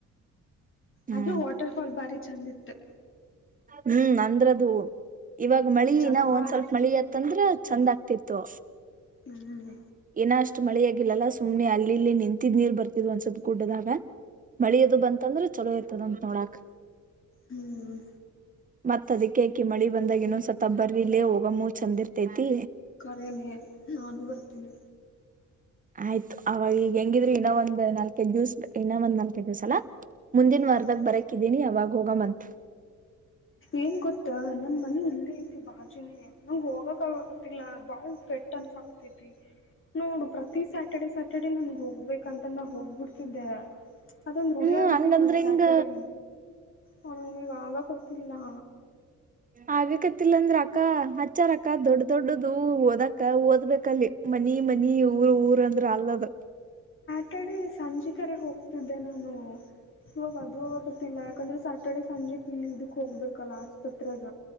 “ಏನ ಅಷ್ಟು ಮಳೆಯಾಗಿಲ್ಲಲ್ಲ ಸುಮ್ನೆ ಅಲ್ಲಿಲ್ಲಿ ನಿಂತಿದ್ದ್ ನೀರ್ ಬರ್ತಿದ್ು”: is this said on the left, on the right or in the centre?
Right